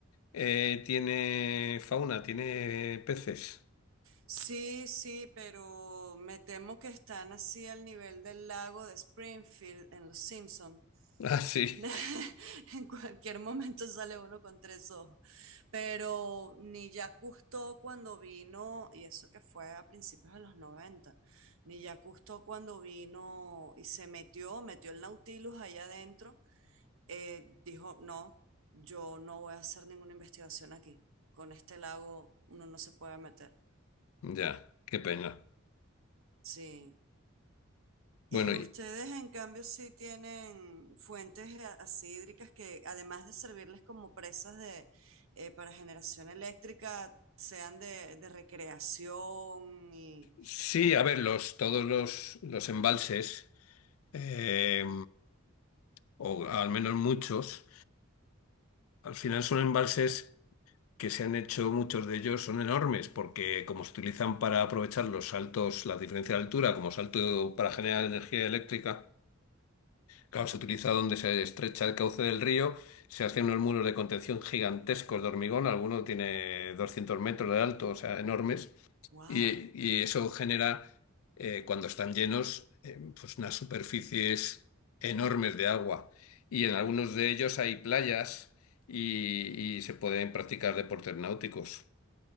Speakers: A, on the left; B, on the right.
A: eh, tiene fauna, tiene peces. <laughs>
B: Sí, sí, pero me temo que están así al nivel del lago de Springfield en Los Simpson.
A: Ah, sí.
B: <laughs> En cualquier momento sale uno con tres ojos. Pero ni ya Cousteau cuando vino, y eso que fue a principios de los 90, ni ya Cousteau cuando vino y se metió, metió el Nautilus allá adentro, eh, dijo, no, yo no voy a hacer ninguna investigación aquí. Con este lago uno no se puede meter.
A: Ya, qué pena.
B: Sí.
A: Bueno,
B: Y ustedes,
A: y-
B: en cambio, sí tienen fuentes a- así hídricas que, además de servirles como presas de, eh, para generación eléctrica, sean de, de recreación y...
A: sí, a ver, los, todos los, los embalses, eh, o al menos muchos, al final son embalses que se han hecho muchos de ellos son enormes, porque como se utilizan para aprovechar los saltos, la diferencia de altura, como salto para generar energía eléctrica, claro, se utiliza donde se estrecha el cauce del río, se hacen unos muros de contención gigantescos de hormigón, alguno tiene 200 metros de alto, o sea, enormes,
B: ¡Wow!
A: y, y eso genera, eh, cuando están llenos, eh, pues unas superficies enormes de agua. Y en algunos de ellos hay playas y y se pueden practicar deportes náuticos.